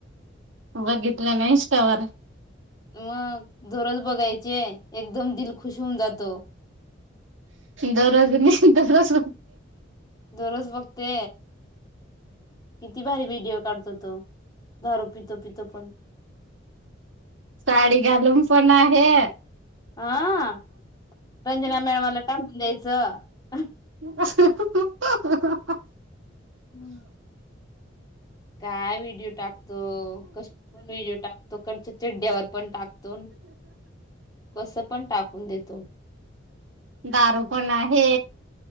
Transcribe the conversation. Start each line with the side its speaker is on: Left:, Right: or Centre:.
Right: बघितितलं ना इन्स्टा वर
Left: मग दररोज बघायचे एकदम दिल खुश होऊन जातो
Right: दररोज नाही दररोज
Left: दररोज बघते किती भारी व्हिडिओ काढतो तो दारू पितो पितो पण
Right: साडी घालून पण आहे
Left: हा रंजना मॅडमाला टाकून द्यायचं
Right: ह्ह
Left: हम्म काय व्हिडिओ टाकतो कशी पण व्हिडिओ टाकतो कडच्या चड्ड्यावर पण टाकतो कस पण टाकून देतो
Right: दारू पण आहे